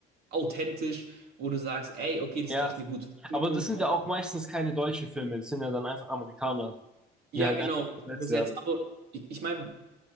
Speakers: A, on the right; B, in the centre.
A: authentisch, wo du sagst, ey, okay, das
B: Ja,
A: ist echt eine gute Filmung.
B: aber das sind ja auch meistens keine deutschen Filme. Das sind ja dann einfach Amerikaner,
A: Ja,
B: die halt
A: genau,
B: einfach besetzt
A: übersetzt.
B: werden.
A: Aber ich, ich meine,